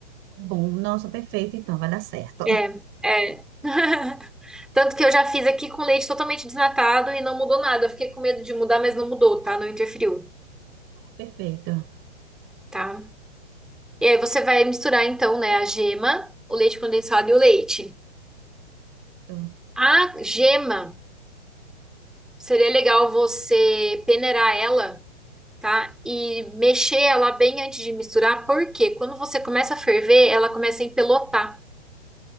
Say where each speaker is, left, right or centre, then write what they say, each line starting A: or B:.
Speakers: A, on the right; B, in the centre.
A: Tá Bom, nossa, perfeito, então, vai dar certo.
B: É, é. <laughs> Tanto que eu já fiz aqui com leite totalmente desnatado e não mudou nada. Eu fiquei com medo de mudar, mas não mudou, tá? Não interferiu,
A: Perfeito.
B: tá? E aí você vai misturar então, né, a gema, o leite condensado e o leite.
A: Tô.
B: A gema seria legal você peneirar ela, tá? E mexer ela bem antes de misturar, porque quando você começa a ferver, ela começa a empelotar.